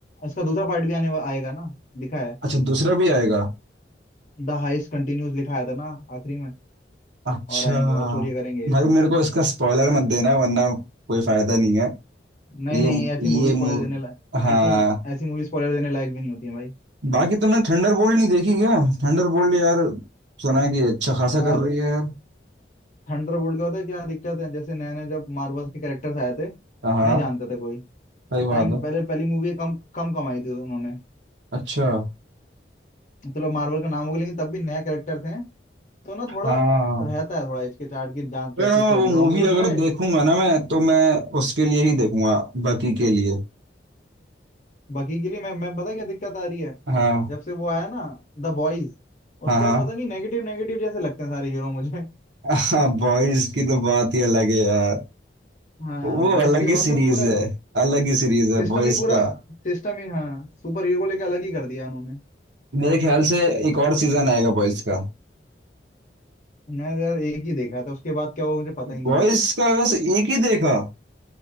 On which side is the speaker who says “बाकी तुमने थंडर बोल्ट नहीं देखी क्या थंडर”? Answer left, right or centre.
Right